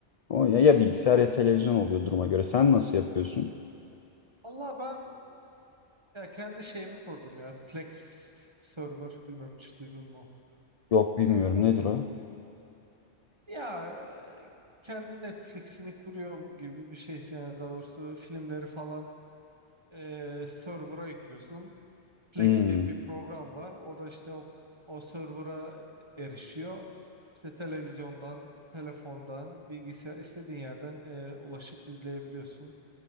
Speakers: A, on the left; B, on the right.
A: O ya,
B: hı.
A: ya bilgisayar ya televizyon oluyor duruma göre. Sen nasıl yapıyorsun?
B: Allah ben ya kendi şeyimi kurdum ya. Plex server bilmem hiç duydun mu?
A: Yok bilmiyorum nedir o?
B: Ya e, kendi Netflix'ini kuruyor gibi bir şeysin yani daha doğrusu filmleri falan e, server'a yüklüyorsun. Plex
A: Hmm.
B: diye bir program var. O da işte o, o server'a erişiyor. İşte televizyondan, telefondan, bilgisayar istediğin yerden e, ulaşıp izleyebiliyorsun.